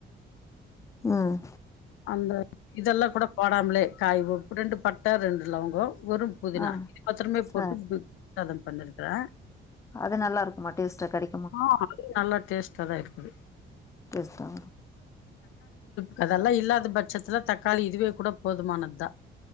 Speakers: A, on the left (about 15°); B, on the left (about 85°).
A: ம்
B: அந்த இதல்லா கூட போடாமலே காய் உப் ரெண்டு பட்ட ரெண்டு லவங்கோ வறும் புதினா
A: ஆ
B: இது மத்திரமே
A: ச
B: போட்டு <unintelligible> சாதம் பண்ணிருக்குறே
A: அது நல்லாருக்குமா டேஸ்ட்டா கடை
B: ஆ அது நல்ல டேஸ்டாதா இருக்குது
A: பிரசா
B: கதெல்லா இல்லாத பட்சத்துல தக்காளி இதுவே கூட போதுமானதா